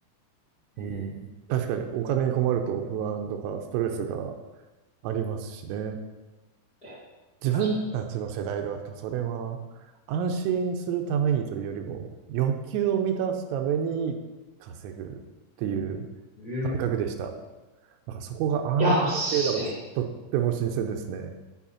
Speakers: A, on the left; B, on the right.
A: うん。
B: うん。確かにお金に困ると不安とかストレスがありますしね。
A: ええ、
B: 自分たちの世代だとそれは安心するためにというよりも欲求を満たすために稼ぐっていう
A: 確かに。うん。
B: 感覚でした。だからそこが安心っていうのがとっても新鮮ですね。
A: いや、でもすえ